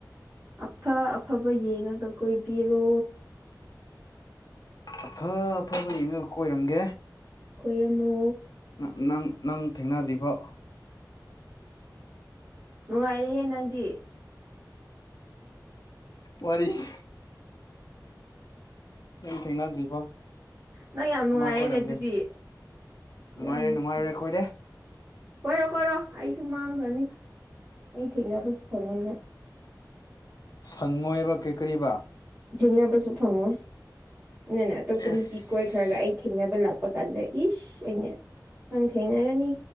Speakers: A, on the right (about 25°); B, on the left (about 60°).
A: ꯑꯐ ꯑꯐꯕ ꯌꯦꯡꯉꯒ ꯀꯣꯏꯕꯤꯔꯣ
B: ꯑꯐ ꯑꯐꯕ ꯌꯦꯡꯉꯒ ꯀꯣꯏꯔꯝꯒꯦ
A: ꯀꯣꯏꯔꯝꯃꯣ
B: ꯅ ꯅꯪ ꯅꯪ ꯊꯦꯡꯅꯗ꯭ꯔꯤꯐꯥꯎ
A: ꯅꯨꯡꯉꯥꯏꯔꯦꯍꯦ ꯅꯪꯗꯤ
B: ꯋꯥꯔꯤꯁ ꯅꯪ ꯊꯦꯡꯅꯗ꯭ꯔꯤꯐꯥꯎ
A: ꯅꯪ ꯌꯥꯝ ꯅꯨꯡꯉꯥꯏꯔꯦꯅꯦ
B: ꯑꯃ ꯀꯣꯏꯔꯝꯒꯦ
A: ꯑꯗꯨꯗꯤ
B: ꯅꯨꯡꯉꯥꯏꯔꯦ
A: ꯌꯥꯝꯕ <unintelligible>
B: ꯅꯨꯡꯉꯥꯏꯔꯦ ꯑꯩꯈꯣꯏꯗꯤ
A: ꯀꯣꯏꯔꯣ ꯀꯣꯏꯔꯣ ꯑꯩꯁꯨ ꯃꯥꯡꯈ꯭ꯔꯅꯤ ꯑꯩ ꯊꯦꯡꯅꯕꯁꯨ ꯐꯪꯉꯣꯏꯅꯪ
B: ꯁꯪꯉꯣꯏꯕ ꯀꯩꯀꯔꯤꯕ
A: ꯊꯦꯡꯅꯕꯁꯨ ꯐꯪꯉꯣꯏ ꯅꯪꯅ ꯑꯇꯣꯞꯄ
B: ꯑꯁ
A: ꯅꯨꯄꯤ ꯀꯣꯏ ꯈꯔꯒ ꯑꯩ ꯊꯦꯡꯅꯕ ꯂꯥꯛꯄ ꯀꯥꯟꯗ ꯏꯁ ꯑꯩꯅ ꯅꯪ ꯊꯦꯡꯅꯔꯅꯤ